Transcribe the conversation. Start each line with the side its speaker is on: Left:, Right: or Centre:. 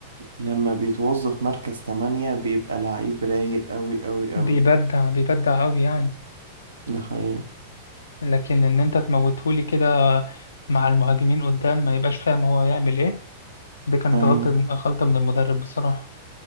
Right: لما بيتوظف مركز تمانية بيبقى لعيب رايق أوي أوي
Left: بيبدع
Right: أوي
Left: بيبدع قوي يعني
Right: ده حقيقة
Left: لكن ان انت تموتهولي كده مع المهاجمين قدام ما يبقاش فاهم هو يعمل ايه دي كانت
Right: أيوة
Left: غلطه من غلطه من المدرب بصراحه